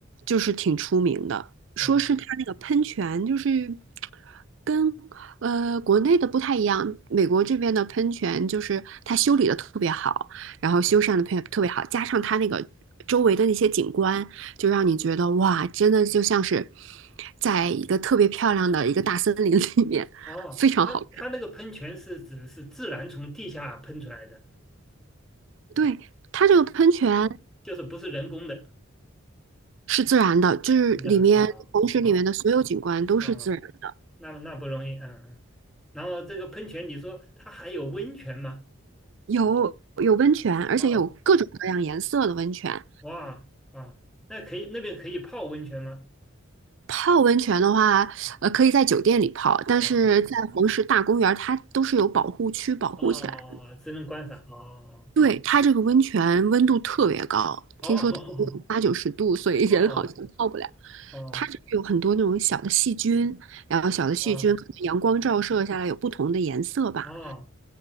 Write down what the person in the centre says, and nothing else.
哦
哦
哦，
它它那个喷泉是指是自然从地下喷出来的，
就是不是人工的，
是这样的啊啊。啊啊那那不容易，嗯嗯。然后这个喷泉，你说它还有温泉吗？
啊、哇啊，那可以，那边可以泡温泉吗？
啊啊
啊！啊！哦只能观赏。哦
哦
哦哦哦
哦哦